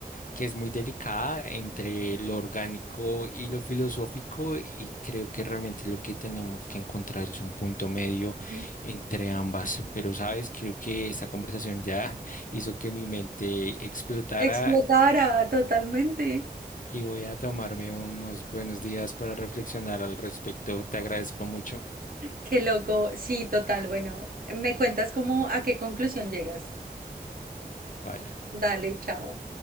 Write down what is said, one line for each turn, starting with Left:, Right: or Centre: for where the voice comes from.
Left: que es muy delicada entre lo orgánico y lo filosófico y creo que realmente lo que tenemos que encontrar es un punto medio
Right: sí.
Left: entre ambas. Pero sabes, creo que esta conversación ya <laughs> hizo que mi mente explotara
Right: Explotara totalmente.
Left: y voy a tomarme unos buenos días para reflexionar al respecto. Te agradezco mucho.
Right: Qué loco. Sí, total. Bueno, me cuentas cómo a qué conclusión llegas.
Left: Vale.
Right: Dale, chao.